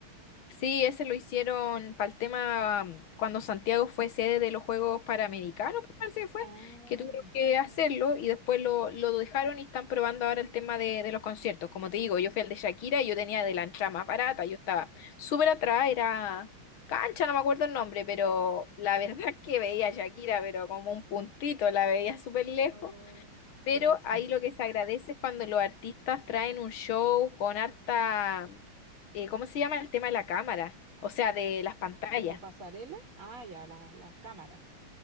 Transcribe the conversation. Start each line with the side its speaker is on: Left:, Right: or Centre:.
Left: Sí, ese lo hicieron para el tema mm, cuando Santiago fue sede de los Juegos Panamericanos, parece que fue,
Right: Ah,
Left: que tuvieron que hacerlo y después lo, lo dejaron y están probando ahora el tema de, de los conciertos. Como te digo, yo fui al de Shakira y yo tenía de la entrada más barata, yo estaba súper atrás, era cancha, no me acuerdo el nombre, pero la verdad <laughs> que veía a Shakira, pero como un puntito, la veía súper lejos.
Right: oh,
Left: Pero
Right: pucha.
Left: ahí lo que se agradece es cuando los artistas traen un show con harta, eh, ¿cómo se llama el tema de la cámara? O sea, de las pantallas.
Right: Como pasarela. Ah, ya, la- las cámaras.